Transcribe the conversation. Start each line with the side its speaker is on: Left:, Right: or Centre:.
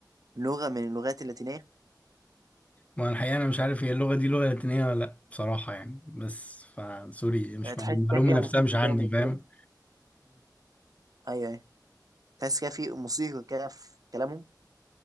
Right: لغة من اللغات اللاتينية؟
Left: ما أنا الحقيقة أنا مش عارف هي اللغة دي لغة لاتينية ولا لأ بصراحة يعني بس فسوري مش
Right: يعني
Left: معلومة،
Right: تحس
Left: المعلومة
Right: كده فيها
Left: نفسها
Right: موسيقى
Left: مش عندي
Right: كده وهم
Left: فاهم
Right: بيتكلموا؟ أيوه أيوه تحس كده في موسيقى كده في كلامهم؟